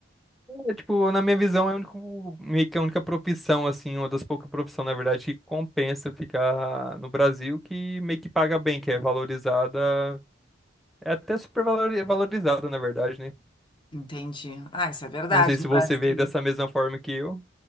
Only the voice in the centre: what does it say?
É, tipo, na minha visão, é o único, meio que a única profissão assim, uma das poucas profissões, na verdade, que compensa ficar no Brasil, que meio que paga bem, que é valorizada, é até super valori- valorizada, na verdade, né?
Não sei se
você veio dessa mesma forma que eu.